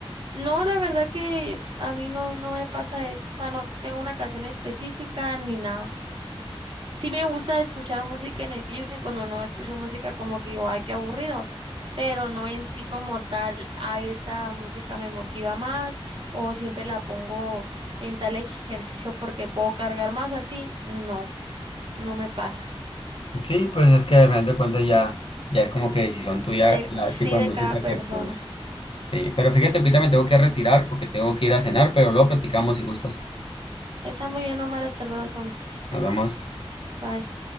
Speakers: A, on the right (about 55°); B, on the left (about 60°).
A: No, la verdad que a mí no, no me pasa eso. O sea, no tengo una canción específica ni nada. Sí me gusta escuchar música en el libro y cuando no escucho música como que digo, ay, qué aburrido, pero no en sí como tal, ay, esta música me motiva más o siempre la pongo en tal ejercicio porque puedo cargar más o así, no, no me pasa.
B: Sí, pues es que al final de cuentas ya, ya es como que decisión tuya
A: De,
B: la,
A: sí
B: el tipo de
A: de
B: música
A: cada persona.
B: que pongas. Sí, pero fíjate, que ahorita me tengo que retirar porque tengo que ir a cenar, pero luego platicamos si gustas.
A: Está muy bien, Omar, hasta luego entonces.
B: Nos vemos.
A: Bye.